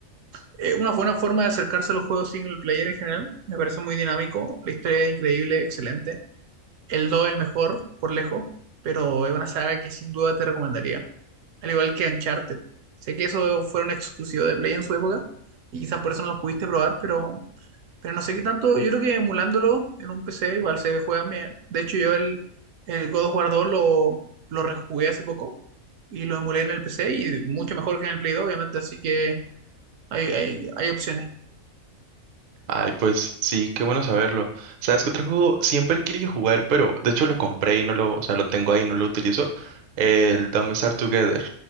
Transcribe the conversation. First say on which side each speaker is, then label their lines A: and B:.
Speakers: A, on the right (about 75°); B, on the right (about 55°).
A: eh, una buena forma de acercarse a los juegos single player en general. Me parece muy dinámico. La historia es increíble, excelente. El 2 es el mejor, por lejos, pero es una saga que sin duda te recomendaría. Al igual que Uncharted. Sé que eso fue un exclusivo de Play en su época y quizás por eso no los pudiste probar, pero, pero no sé qué tanto. Yo creo que emulándolo en un PC igual se juegan bien. De hecho, yo el, el God of War 2 lo, lo rejugué hace poco y lo emulé en el PC y mucho mejor que en el Play 2, obviamente. Así que hay, hay, hay opciones.
B: Ay, pues sí, qué bueno saberlo. ¿Sabes qué otro juego siempre he querido jugar, pero de hecho lo compré y no lo, o sea, lo tengo ahí y no lo utilizo? El Dumb and Star Together.